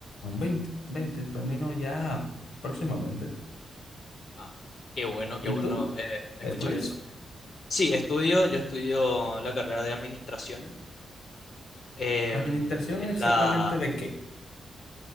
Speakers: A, on the left; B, on the left.
A: 20, 20 termino ya próximamente.
B: Ah, qué bueno,
A: ¿Y
B: qué bueno
A: tú?
B: eh, escuchar
A: ¿Estudias?
B: eso. Sí, estudio, yo estudio la carrera de administración em,
A: ¿Administración
B: en
A: exactamente
B: la
A: de qué?